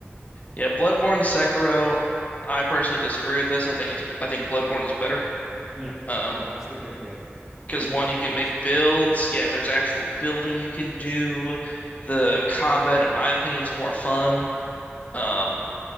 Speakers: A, on the left; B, in the centre.
A: Yeah, Bloodborne and Sekiro, I personally disagree with this. I think it's I think Bloodborne is better.
B: Yeah,
A: Um,
B: yeah, it's the better game.
A: because
B: More
A: one,
B: options.
A: you can make builds. Yeah, there's actual building you can do. The combat, in my opinion, is more fun. Um,